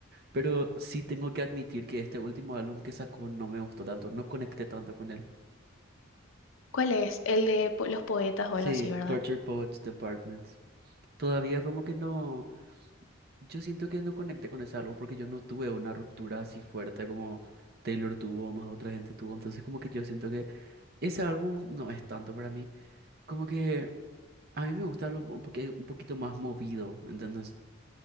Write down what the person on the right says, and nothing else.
pero sí tengo que admitir que este último álbum que sacó no me gustó tanto, no conecté tanto con él.
Sí,
Torture Poets Department. Todavía como que no. Yo siento que no conecté con ese álbum porque yo no tuve una ruptura así fuerte como Taylor tuvo, o más otra gente tuvo. Entonces como que yo siento que ese álbum no es tanto para mí. Como que a mí me gusta lo, un poqui- un poquito más movido, ¿entendés?